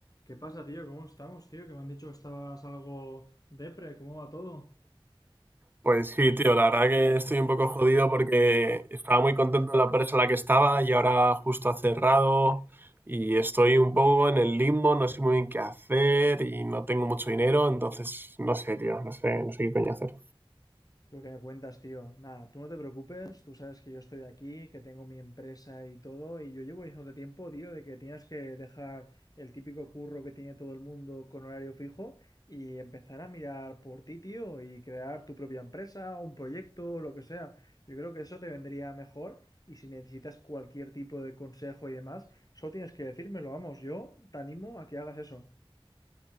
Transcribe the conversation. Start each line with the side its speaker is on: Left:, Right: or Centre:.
Left: ¿Qué pasa, tío? ¿Cómo estamos, tío? Que me han dicho que estabas algo depre. ¿Cómo va todo?
Right: Pues sí, tío, la verdad que estoy un poco jodido porque estaba muy contento en la empresa en la que estaba y ahora justo ha cerrado y estoy un poco en el limbo, no sé muy bien qué hacer y no tengo mucho dinero, entonces no sé, tío, no sé, no sé qué coño hacer.
Left: Lo que me cuentas, tío. Nada, tú no te preocupes, tú sabes que yo estoy aquí, que tengo mi empresa y todo, y yo llevo diciéndote tiempo, tío, de que tienes que dejar el típico curro que tiene todo el mundo con horario fijo y empezar a mirar por ti, tío, y crear tu propia empresa, un proyecto, lo que sea. Yo creo que eso te vendría mejor y si necesitas cualquier tipo de consejo y demás, solo tienes que decírmelo, vamos, yo te animo a que hagas eso.